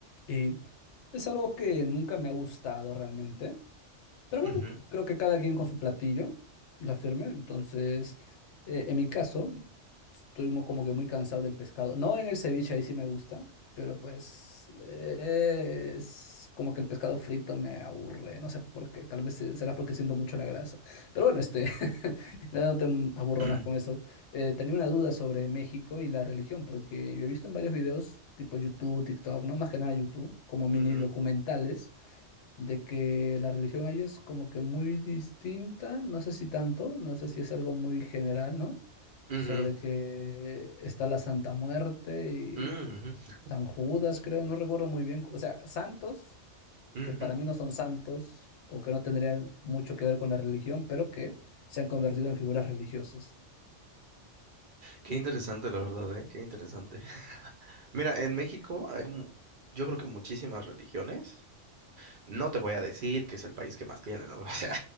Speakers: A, on the left; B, on the right.
A: Y es algo que nunca me ha gustado realmente. Pero bueno,
B: Ujú,
A: creo que cada quien con su platillo, la firme. Entonces, eh, en mi caso, estoy mu- como que muy cansado del pescado. No en el ceviche, ahí sí me gusta, pero pues eh, es como que el pescado frito me aburre. No sé por qué, tal vez se- será porque siento mucho la grasa. Pero bueno, este, <laughs> ya no te aburro
B: <clears throat>
A: más con eso. Eh, tenía una duda sobre México y la religión, porque yo he visto en varios videos, tipo YouTube, TikTok, no más que nada YouTube, como mini
B: ujú,
A: documentales de que la religión ahí es como que muy distinta, no sé si tanto, no sé si es algo muy general, ¿no?
B: ujú,
A: Sobre que está la Santa Muerte y
B: ujú,
A: San Judas, creo, no recuerdo muy bien, o sea, santos
B: ujú.
A: que para mí no son santos o que no tendrían mucho que ver con la religión, pero que se han convertido en figuras religiosas.
B: Qué interesante, la verdad, ¿eh? Qué interesante. <laughs> Mira, en México hay, mu- yo creo que muchísimas religiones. No te voy a decir que es el país que más tiene, ¿no? <laughs> O sea,